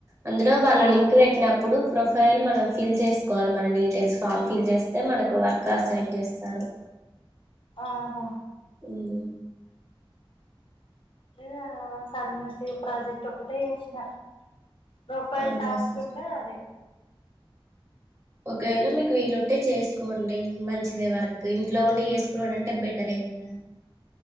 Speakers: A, on the right; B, on the left.
A: అందులో వాళ్ళు
B: ఆహా
A: లింక్ పెట్టినప్పుడు. ప్రొఫైల్ మనం ఫిల్ చేసుకోవాలి మన డీటెయిల్స్ ఫామ్ ఫిల్ చేస్తే మనకు వర్క్ అసైన్ చేస్తారు.
B: ఆహా.
A: హు.
B: లేదు సనుమతి ప్రాజెక్ట్ ఒకటే చేసిన. ప్రొఫైల్
A: అవునా
B: దాచుకున్నా
A: సిస్టర్
B: అది.
A: ఒకవేళ మీకు వీలుంటే చేసుకోండి మంచిదే వర్క్ ఇంట్లో ఉండి చేసుకున్నాడంంటే బెటరే కదా.